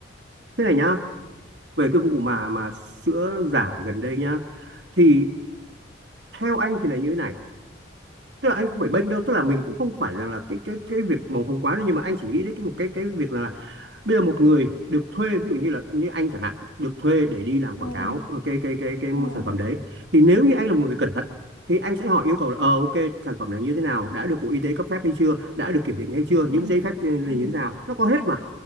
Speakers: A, on the right (about 60°); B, on the left (about 75°).
A: thế này nhá về cái vụ mà mà sữa giả gần đây nhá thì theo anh thì là như thế này tức là anh không phải bênh đâu tức là mình cũng không phải rằng là cái cái cái việc màu hồng quá đâu nhưng mà anh chỉ nghĩ đến cái một cái cái việc là, là bây giờ một người được thuê ví dụ như là như anh chẳng hạn được thuê để đi làm
B: ừ
A: quảng cáo ờ, cái cái cái cái
B: ừ
A: sản phẩm đấy thì nếu như anh là một người cẩn thận thì anh sẽ hỏi yêu cầu là ờ ok sản phẩm này như thế nào đã được Bộ Y tế cấp phép hay chưa đã được kiểm định hay chưa
B: ừ
A: những giấy phép như
B: ừ,
A: thế nào nó có hết mà